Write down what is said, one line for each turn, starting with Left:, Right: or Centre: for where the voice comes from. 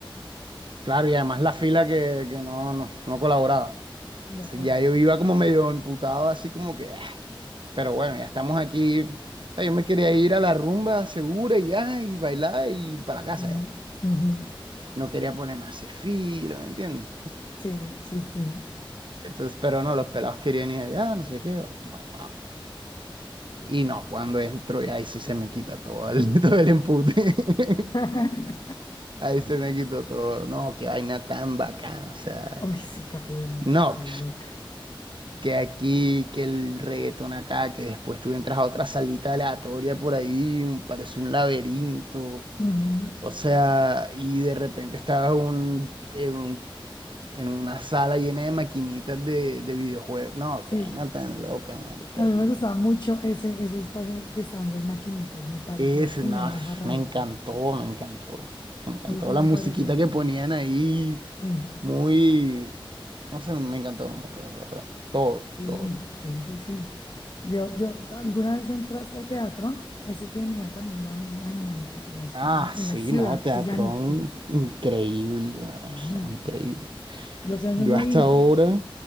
Right: claro, y además la fila que, que no, no, no colaboraba.
Left: de
Right: Entonces,
Left: acuerdo.
Right: ya yo iba como medio emputado, así como que, ah, pero bueno, ya estamos aquí. O sea, yo me quería ir a la rumba segura y ya, y bailar y para la casa
Left: Mm,
Right: ya.
Left: ujú.
Right: no quería ponerme a hacer filo, ¿me entiendes?
Left: Sí, sí, sí.
Right: Entonces, pero no, los pelados querían ir allá, no sé qué, bueno, vamos. Y no, cuando entro, y ahí sí se me quita todo el, <laughs> todo el empute. <laughs>
Left: <laughs>
Right: Ahí se me quitó todo. No, qué vaina tan bacana, o sea,
Left: Uy, sí, Capudé era una
Right: no,
Left: cosa loca.
Right: que aquí, que el reggaetón acá, que después tú entras a otra salita aleatoria por ahí, un- parece un laberinto.
Left: Ujú,
Right: O sea, y de repente estabas un, en un en una sala llena de maquinitas de, de videojuegos. No,
Left: Sí,
Right: qué vaina tan loca, marica.
Left: a mí
Right: Y
Left: me gustaba mucho ese, ese espacio en el que estaban las maquinitas. Me parecía
Right: ese,
Left: genial
Right: no,
Left: la farra
Right: me
Left: ahí.
Right: encantó, me encantó. Me encantó
Left: Ese
Right: la
Left: me
Right: musiquita
Left: parecía
Right: que
Left: genial.
Right: ponían ahí,
Left: Mm,
Right: muy, no sé, me encantó, me encantó, de verdad. Todo,
Left: Sí,
Right: todo.
Left: sí, sí, sí. Yo, yo, ¿alguna vez entraste a teatro? Ese tenía también la misma dinámica. O sea, es como
Right: Ah,
Left: una
Right: sí,
Left: ciudad
Right: no,
Left: gigantesca.
Right: teatrón increíble, no,
Left: Mm,
Right: sé, increíble.
Left: Yo hace años
Right: Yo
Left: no
Right: hasta
Left: iba.
Right: ahora,